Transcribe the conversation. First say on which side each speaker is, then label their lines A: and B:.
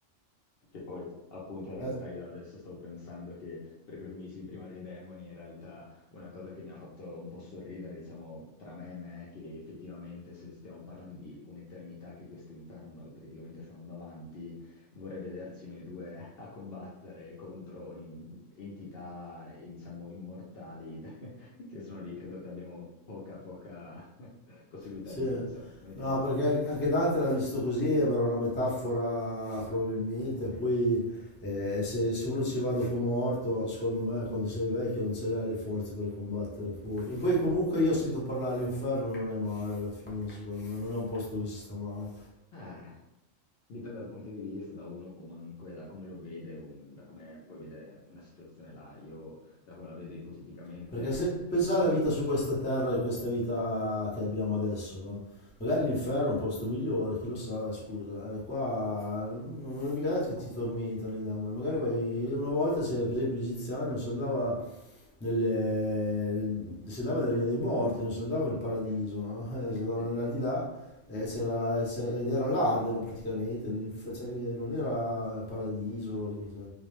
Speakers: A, on the left; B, on the left.
A: Che poi, appunto, in realtà
B: eh,
A: io adesso stavo pensando che per quello che mi dicevi prima dei demoni, in realtà una cosa che mi ha fatto un po' sorridere, diciamo, tra me e me, è che effettivamente se stiamo parlando di un'eternità che questo inferno ipoteticamente sta andando avanti, vorrei vederci noi due a combattere contro in- entità, eh, diciamo, immortali <laughs> che sono lì. Credo che abbiamo poca, poca <laughs> possibilità
B: Sì.
A: di vincere. Mettiamola
B: No, perché
A: così.
B: anche Dante l'ha visto così, ma era una metafora probabilmente. Poi eh, se, se uno ci va dopo morto, secondo me quando sei vecchio non ce l'hai le forze per combattere fuori.
A: Sì.
B: E poi comunque io ho sentito parlare all'inferno, non è male alla fine, secondo me, non è un posto dove si sta male.
A: Eh, Dipende dal punto di vista, da uno comunque, da come lo vede, un- da come puoi vedere una situazione là. Io, da come la vedo ipoteticamente,
B: Perché se pensa
A: <laughs>
B: alla vita su questa terra e questa vita che abbiamo adesso, no? Magari l'inferno
A: sì,
B: è un posto migliore, chi lo sa, scusa. Eh, qua non, non è mica detto che ti tormentano i demoni. Magari vai una volta, se, per esempio, gli egiziani non si andava nelle- nel, si andava nel regno dei morti, non si andava nel paradiso, no? <laughs> Eh, Si andava
A: sì,
B: nell'aldilà eh,
A: appunto.
B: c'era, c'era- ed era l'Adeno praticamente, l'inf- cioè, non era il paradiso. cioè,